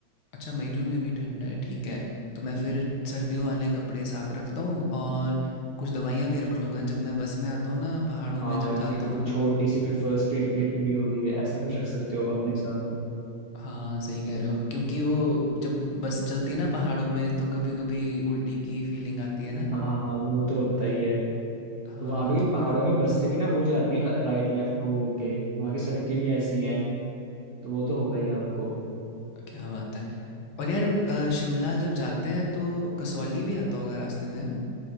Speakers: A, on the left (about 80°); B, on the right (about 45°).
A: अच्छा मई जून में भी ठंड है ठीक है तो मैं फिर सर्दियों वाले कपड़े साथ रखता हूँ और कुछ दवाइयाँ भी रख लूँगा जब मैं बस में आता हूँ ना पहाड़ों
B: हाँ
A: में जब
B: एक
A: जाता
B: जैसे
A: हूँ
B: एक
A: मैं
B: छोटी सी कोई फर्स्ट एड किट भी होगी ऐसा कुछ रख सकते हो आप अपने साथ
A: हाँ सही कह रहे हो क्योंकि वो जब बस चलती है ना पहाड़ों में तो कभी कभी उल्टी की फीलिंग आती है ना
B: हाँ हाँ हाँ, वो तो होता ही है
A: हाँ
B: वहां पे भी
A: तो
B: पहाड़ों में बस से भी ना वो जाती है राइट लेफ्ट हो के वहां की सड़कें भी ऐसी हैं तो वो तो होगा ही आपको
A: क्या बात है और यार अ, शिमला जब जाते हैं तो कसौली भी आता होगा रास्ते में है ना